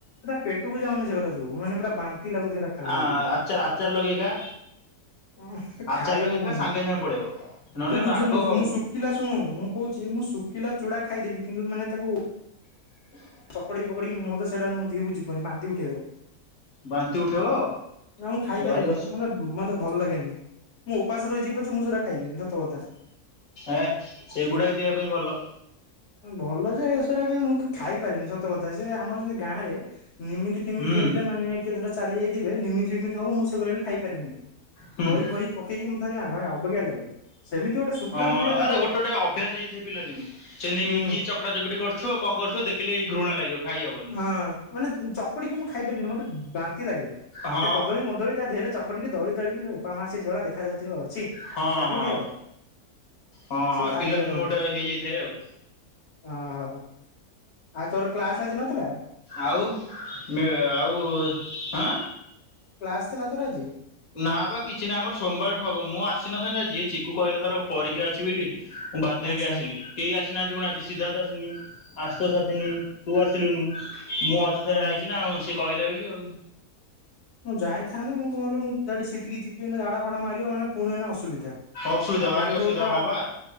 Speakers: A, on the left (about 85°); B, on the left (about 65°).
A: ପେଟକୁ ଯାଉନି ସେଗୁରା। ମାନେ ପୁରା ବାନ୍ତି ଲାଗୁଚି ହେରା ଖାଇଲା
B: ଆ
A: ବେଳକୁ।
B: ଆଚାର ଆଚାର ଲଗେଇ ଖା
A: ଉଁ
B: ଆଚାର
A: ଖାଇହଉନି।
B: ଲଗେଇ ଖା ସାଙ୍ଗେ ସାଙ୍ଗେ ପଳେଇବ ନହେଲେ
A: ତୁ ବୁଝୁନୁ
B: ରାଗ ଖାଉନୁ
A: ମୁଁ ଶୁଖିଲା ଶୁଣୁ ମୁଁ କହୁଚି ମୁଁ ଶୁଖିଲା ଚୁଡ଼ା ଖାଇଦେବି କିନ୍ତୁ ମାନେ ତାକୁ
B: <inaudible>
A: ଚକଡି ପକଡି କି ମତେ ସେଇଟା ମୋ ଦିହକୁ ଯିବନି ବାନ୍ତି ଉଠେଇବ।
B: ବାନ୍ତି ଉଠେଇବ?
A: ନା ମୁଁ ଖାଇପାରେନି
B: ଭାରି ଅସୁ
A: ମତେ ମତେ ଭଲ ଲାଗେନି। ମୁଁ ଉପାସ ରହି ଯିବି ପଛେ ମୁଁ ସେରା ଖାଇବିନି ସତ କଥା।
B: ଏ ସେଇଗୁଡ଼ା ହିଁ ଦେହ ପାଇଁ ଭଲ।
A: ଭଲ ଯେ ସେରା କାଇଁ ମୁଁ ଖାଇପାରେନି ସତ କଥା। ସେ ଆମର ସେମିତି ଗାଁରେ ନିମି ତି
B: ହୁଁ
A: ହେଲେ ମାନେ କିଏ ଧର ଚାଲି ଯାଇଥିବେ ନିମିତି ଫିମିତି ହବ ମୁଁ ସେଗୁରା ବି ଖାଇପାରେନି।
B: ହୁଁ
A: ଦହି ଫଇ ପକେଇକି ମତେ ଭାରି ଅବାଗିଆ ଲାଗେ। ସେମିତି ଗୋଟେ ଶୁଖିଲା
B: ହଁ
A: ଫୁକିଲା ଦେଇଦବ
B: ଏରା ଗୋଟେ ଗୋଟେ ଅଭ୍ୟାସ ହେଇଥାଏ। ପିଲା ଦିନୁ। ସେଥିପାଇଁ
A: ହୁଁ
B: କିଏ ଚକଟା ଚକଟି କରିଥିବ କଣ କରିଥିବ ଦେଖିଲେ ଘୃଣା ଲାଗିବ। ଖାଇ ହବନି।
A: ହଁ ମାନେ ଚକୁଡି କି ମୁଁ ଖାଇପାରିନି ମତେ ବାନ୍ତି ଲାଗେ।
B: ହଁ
A: ସେ କଦଳୀ ମଦଳୀ ତା ଦିହରେ ଚ ଟିକି ଦଳି ଦାଳିକି ଲୋ ବୋପା ମା ସେ ଯୋଉ ଭଳିଆ ଦେଖାଯାଉଥିବ ଛି।
B: ହଁ
A: ତାକୁ
B: ହଁ।
A: କିଏ ଖାଇବ
B: ହଁ
A: ସେ ଖାଇ
B: ପିଲାଦିନୁ
A: ହବନି
B: ଗୋଟେ ହେଇଯାଇଥାଏ ଆଉ।
A: ଓହୋ। ଆଉ ତୋର କ୍ଲାସ ଆଜି ନଥିଲା?
B: ଆଉ ମେ ଆଉ ଆଁ
A: କ୍ଲାସ ଥିଲା ତୋର ଆଜି?
B: ନା ବା କିଛି ନାହିଁ ଆମର ସୋମବାର ଠୁ ହବ। ମୁଁ ଆସିନଥାନ୍ତି ଆଜି ଚିକୁ କହିଲା ତାର ପରୀକ୍ଷା ଅଛି ବୋଲି। ମୁଁ ବାଧ୍ୟ ହେଇକି
A: ଆଚ୍ଛା
B: ଆସିଲି। କେହି ଆସିନାହାନ୍ତି ପୁଣି ଆଜି ସିଦ୍ଧାର୍ଥ ଆସିନି ଆଶୁତୋଷ ଆସିନି ତୁ ଆସିଲୁନୁ ମୁଁ ଚିକୁ ସାଙ୍ଗରେ
A: ହଁ।
B: ରେ ଆଇଚି ନା ଆଉ ସିଏ କହିଲା ବୋଲି ଆଉ।
A: ମୁଁ ଯାଇଥାନ୍ତି ମୁଁ କଣ କହିଲୁ ଡାଇରେକ୍ଟ ସେଠିକି ଯିବି ଏଇନେ ଝାଡ଼ା ଫାଡା ମାରିବ ମାନେ ପୁଣି ଏଉନା ଅସୁବିଧା।
B: ଅସୁବିଧା
A: ଆଉ
B: ଭାରି
A: ଜାଣିଥିବୁ
B: ଅସୁବିଧା
A: ତ
B: ହଁ ବା